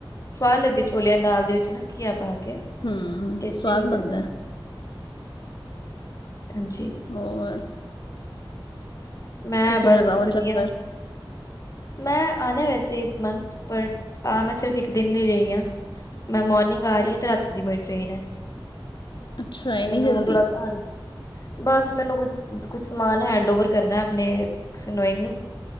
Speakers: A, on the left; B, on the left.
A: ਸਵਾਦ ਲਗਦੀ ਏ ਛੋਲਿਆਂ ਦੀ ਦਾਲ ਦੇ ਵਿਚ ਨਾ ਘਿਆ ਪਾ ਕੇ।
B: ਹੂੰ,
A: ਟੇਸਟੀ
B: ਸਵਾਦ
A: ਲੱਗਦਾ
B: ਬਣਦੈ।
A: ਮੈਨੂੰ ਹਾਂਜੀ।
B: ਹੋਰ
A: ਮੈ
B: ਤੁਸੀਂ
A: ਬਸ
B: ਲਗਾਓ
A: ਵਧੀਆ।
B: ਚੱਕਰ
A: ਮੈ ਆਣੈ ਵੈਸੇ ਇਸ ਮੰਥ। ਬਟ, ਆ ਮੈਂ ਸਿਰਫ਼ ਇਕ ਦਿਨ ਈ ਰਈ ਆਂ। ਮੈ ਮੋਰਨਿਗ ਆ ਰੀ ਆ ਤੇ ਰਾਤੀ ਦੀ ਮੇਰੀ ਟ੍ਰੇਨ ਐ।
B: ਅੱਛਾ ਇਨੀ
A: ਮੈਨੂੰ
B: ਜਲਦੀ
A: ਥੋੜਾ ਤੰਡ ਬਸ ਮੈਨੂੰ ਕੁ ਕੁਛ ਸਮਾਨ ਹੈਂਡ ਓਵਰ ਕਰਨੈ। ਅਪਣੇ ਕਿਸੀ ਨੋਇੰਗ ਨੂੰ,